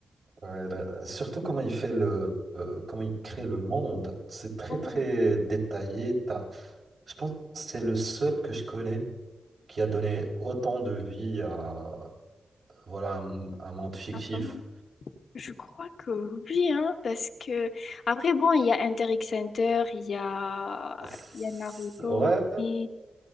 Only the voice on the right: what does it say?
Ouais, là, surtout comment il fait le, euh, comment il crée le monde. C'est très
très détaillé. T'as- je pense que c'est le seul que je connais qui a donné autant de vie à voilà un, un monde fictif.
C'est-
Ouais,